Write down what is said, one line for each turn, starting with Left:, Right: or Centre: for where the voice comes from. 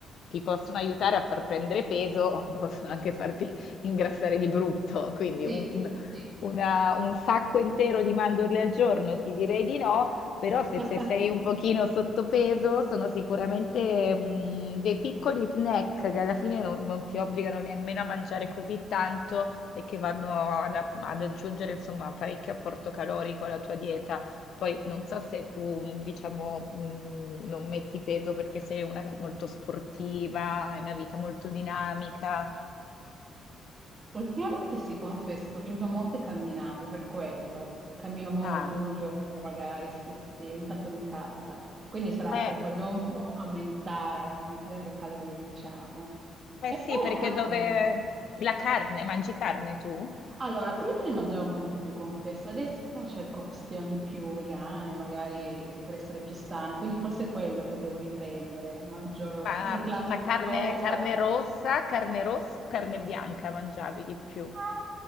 Left: ti possono aiutare a far prendere peso, <laughs> possono anche farti ingrassare di brutto, quindi
Right: sì,
Left: un,
Right: sì.
Left: una- un sacco intero di mandorle al giorno, ti direi di no, però
Right: <laughs>
Left: se, se sei un pochino sottopeso sono sicuramente
Right: Sì.
Left: mm, dei piccoli snack che alla fine non, non ti obbligano nemmeno a mangiare così tanto e che vanno ad, a- ad aggiungere insomma parecchio apporto calorico alla tua dieta. Poi non so se tu, mm, diciamo, mm, non metti peso perché sei una molto sportiva, hai una vita molto dinamica.
Right: Ultimamente sì, confesso, sto facendo molte camminate per quello. Cammino molto,
Left: Ah.
Right: una o due ore magari, sì, sì, ogni tanto mi capita. Quindi sarà
Left: eh,
Right: per quello, devo un po' aumentare, aumentare le calorie, diciamo.
Left: Eh
Right: E
Left: sì,
Right: poi
Left: perché
Right: la carne.
Left: dove la carne, mangi carne tu?
Right: Allora, prima ne mangiavo molto di più, confesso, adesso cerco opzioni più vegane, magari per essere più sana, quindi forse è quello che devo riprendere. Mangio
Left: Ma,
Right: le classiche
Left: ma carne,
Right: soia.
Left: carne
Right: <laughs>
Left: rossa, carne rossa, carne bianca mangiavi di più.
Right: Ma